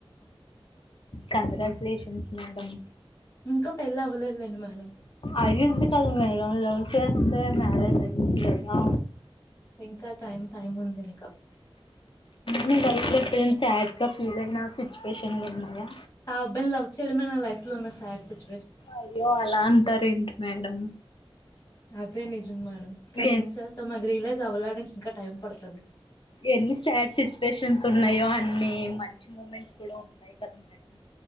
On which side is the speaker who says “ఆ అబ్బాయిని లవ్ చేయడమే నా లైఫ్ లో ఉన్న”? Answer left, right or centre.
Left